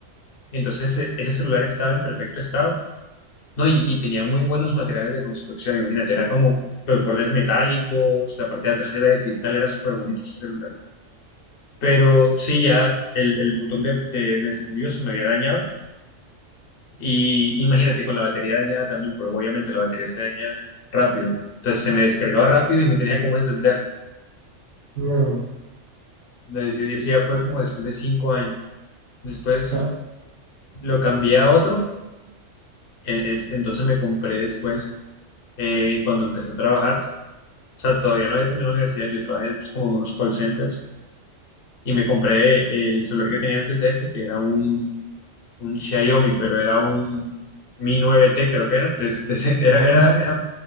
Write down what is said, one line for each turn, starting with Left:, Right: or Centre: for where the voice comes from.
Left: Entonces e- ese celular estaba en perfecto estado, ¿no? Y, y tenía muy buenos materiales de construcción, imagínate, era como los bordes metálicos, la parte de atrás era de cristal, era súper bonito ese celular. Pero sí, ya el, el botón de, de- de encendido se me había dañado y imagínate con la batería dañada también, porque obviamente la batería se daña rápido. Entonces se me descargaba rápido y no tenía cómo encenderlo.
Right: No.
Left: La decisión, y eso ya fue como después de cinco años. Después
Right: Ah,
Left: lo cambié a otro, en- es- entonces me compré después, eh, cuando empecé a trabajar, o sea, todavía no había terminado la universidad, yo trabajé pues, como en unos call centers y me compré el celular que tenía antes de este, que era un, un Xiaomi, pero era un Mi nueve t creo que era. de- ese- de ese- era,
Right: ah,
Left: era, era,